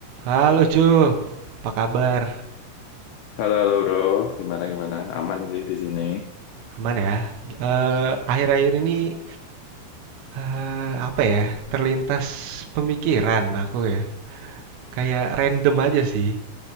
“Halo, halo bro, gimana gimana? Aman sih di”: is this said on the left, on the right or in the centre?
Left